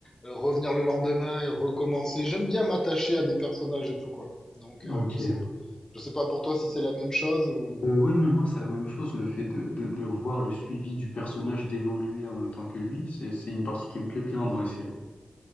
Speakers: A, on the left; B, on the left.
A: euh, revenir le lendemain et recommencer. J'aime bien m'attacher à des personnages et tout quoi. Donc euh,
B: ok.
A: je sais pas je sais pas pour toi si c'est la même chose ou
B: Euh, oui, mais moi, c'est la même chose. Le fait de, de, de voir le suivi du personnage d'évoluer en même temps que lui, c'est, c'est une partie qui me plaît bien dans les séries.